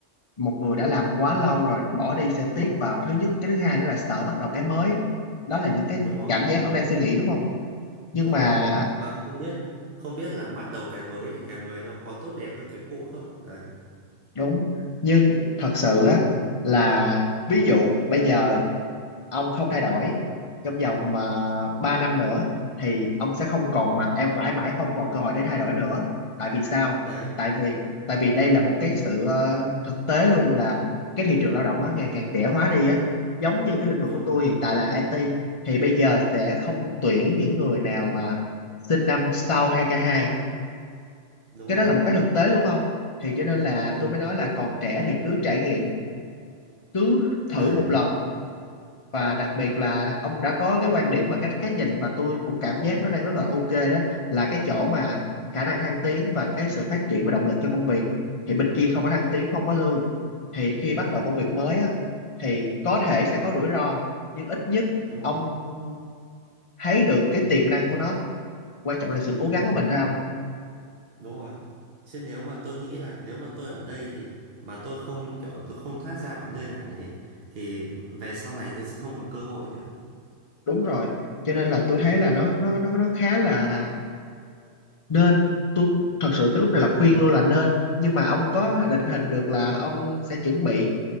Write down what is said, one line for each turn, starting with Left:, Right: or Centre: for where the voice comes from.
Left: một người đã làm quá lâu rồi bỏ đi sẽ tiếc vào thứ nhất cái thứ hai nữa là sợ bắt đầu cái mới đó là những cái
Right: đúng rồi
Left: cảm giác ông đang suy nghĩ đúng không nhưng
Right: đúng
Left: mà
Right: rồi mà không biết không biết là bắt đầu cái mới thì cái mới nó có tốt đẹp hơn cái cũ không đấy
Left: đúng nhưng thật sự á là ví dụ bây giờ ông không thay đổi trong vòng mà ba năm nữa thì ông sẽ không còn mà em mãi mãi không còn cơ hội để thay đổi nữa tại vì sao
Right: đấy
Left: tại vì tại vì đây là một cái sự ờ, thực tế luôn là cái thị trường lao động á ngày càng trẻ hóa đi á giống như cái lĩnh vực
Right: đúng
Left: của tôi
Right: rồi
Left: hiện tại là IT thì bây giờ sẽ không tuyển những người nào mà sinh năm sau hai k hai
Right: đúng
Left: cái
Right: rồi
Left: đó là một cái thực tế luôn không thì cho nên là
Right: đúng rồi
Left: tôi mới nói là còn trẻ thì cứ trải nghiệm cứ thử
Right: đấy
Left: một lần và đặc biệt là ông đã có cái quan điểm và cái cái nhìn và tôi cũng cảm giác nó đang rất là ok đó là cái chỗ mà khả năng thăng tiến và cái sự phát triển và động lực cho công việc thì bên kia không có thăng tiến không có lương thì khi bắt đầu công việc mới á thì có thể sẽ có rủi ro nhưng ít nhất
Right: đúng
Left: ông
Right: rồi
Left: thấy được cái tiềm năng của nó quan trọng là sự cố gắng
Right: đúng
Left: của mình
Right: rồi
Left: phải không
Right: Đúng rồi. Chứ nếu mà tôi nghĩ là nếu mà tôi ở đây thì mà tôi không kiểu tôi không thoát ra khỏi nơi này ấy, thì về sau này tôi sẽ không còn cơ hội nữa.
Left: đúng rồi cho nên là tôi
Right: Đấy,
Left: thấy là nó nó nó nó khá là nên tôi thật sự cái lúc này
Right: đấy.
Left: là khuyên luôn là nên nhưng mà ông có định hình được là ông sẽ chuẩn bị